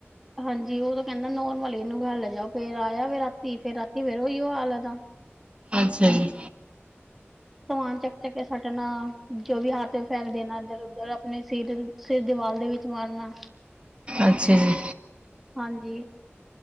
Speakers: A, in the centre; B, on the right.
A: ਹਾਂਜੀ ਉਹ ਤਾਂ ਕਹਿੰਦਾ ਨੋਰ <unintelligible> ਜਾਓ ਫੇਰ ਆਇਆ ਵੇ ਰਾਤੀ ਫੇਰ ਰਾਤੀ ਫੇਰ ਉਹੀਓ ਹਾਲ ਏਦਾ
B: ਅੱਛਾ ਜੀ।
A: ਸਮਾਨ ਚੱਕ- ਚੱਕ ਕੇ ਸਟਨਾ। ਜੋ ਵੀ ਹੱਥ ਫੈਕ ਦੇਣਾ ਇੱਧਰ- ਉੱਧਰ। ਆਪਣੇ ਸਿਰ-ਸਿਰ ਦੀਵਾਰ ਗਲੀ ਵਿੱਚ ਦੇ ਵਿੱਚ ਮਾਰਨਾ।
B: ਅੱਛਾ ਜੀ।
A: ਹਾਂਜੀ,